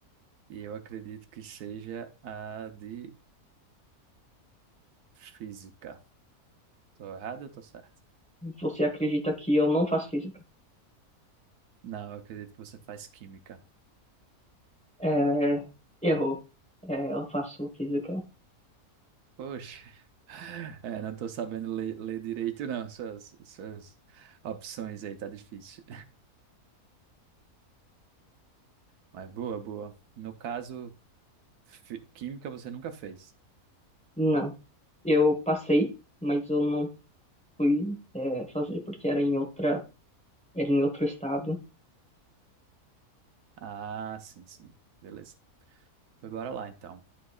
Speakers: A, on the right (about 80°); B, in the centre.
A: e eu acredito que seja a de física. Tô errado ou tô certo?
B: Você acredita que eu não faço física?
A: Não, eu acredito que você faz química.
B: É, errou. É, eu faço física.
A: Poxa, <laughs> é, não tô sabendo ler, ler direito, não. Suas, suas opções aí tá difícil. <laughs> Mas boa, boa. No caso, fi- química você nunca fez.
B: Não. Eu passei, mas eu não fui, é, fazer porque era em outra, era em outro estado.
A: Ah, sim, sim. Beleza. Mas Bora lá, então.